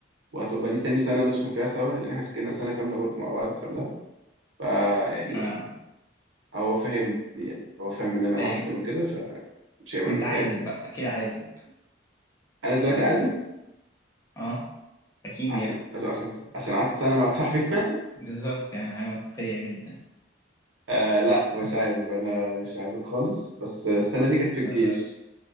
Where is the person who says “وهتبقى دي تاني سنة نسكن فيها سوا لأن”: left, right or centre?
Right